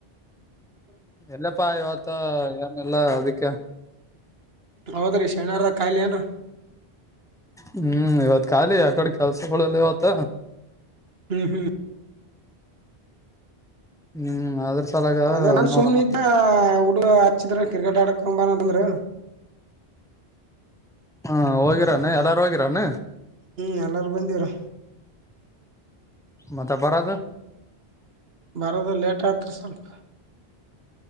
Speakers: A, in the centre; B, on the right.
A: ಎಲ್ಲಪ್ಪ ಇವತ ಏನೆಲ್ಲಾ ಅದಕ್ಕೆ
B: ಹೌದ್ರೀ ಶನಿವಾರದ ಕಾಯಿಲೆ ಏನ್ರ
A: ಹ್ಮ್ ಇವತ್ ಖಾಲಿ ಯ ಕಡೆ ಕೆಲ್ಸಗಳಲ್ಲ ಇವತ್ತ
B: ಹ್ಮ್ ಹ್ಮ್
A: ಹ್ಮ್ ಅದ್ರ ಸಲಾಗ
B: ಹ ಅದೇ ನನ್
A: ನೋಡಮಂತ
B: ಸುಮಮ್ಮ್ನಿದ್ದ ಹುಡುಗ ಹಚ್ಚಿದ್ರ ಕ್ರಿಕೆಟ್ ಆಡಕ್ ಕ ಬಾನ ತಂದ್ರ
A: ಹಾ ಹೋಗಿರಾನೆ ಎಲ್ಲಾರು ಹೋಗಿರಾನ
B: ಹ್ಮ್ ಎಲ್ಲಾರೂ ಬಂದವರು
A: ಮತ್ತೆ ಬರದು
B: ಬರೋದ ಲೇಟ್ ಆತ್ ಸ್ವಲ್ಪ